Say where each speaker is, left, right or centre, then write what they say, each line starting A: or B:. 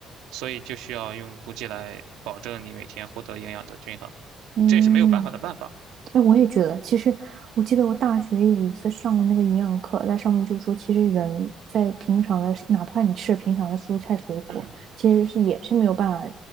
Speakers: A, on the right; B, on the right.
A: 所以就需要用补剂来保证你每天获得营养的均衡，
B: 嗯，
A: 这也是没有办法的办法。
B: 哎，我也觉得，其实我记得我大学有一次上了那个营养课，在上面就说，其实人在平常的，哪怕你吃平常的蔬菜水果，
A: 嗯，
B: 其实是也是没有办法，